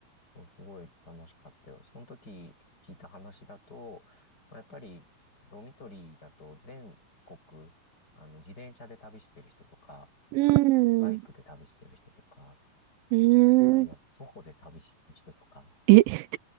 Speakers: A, on the left; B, on the right.
A: そうすごい楽しかったよ。その時聞いた話だと、まあ、やっぱりドミトリーだと全国、あの自転車で旅してる人とか、
B: うん。
A: バイクで旅してる人とか、
B: うーん。
A: あるいは徒歩で旅してる人とか、
B: え、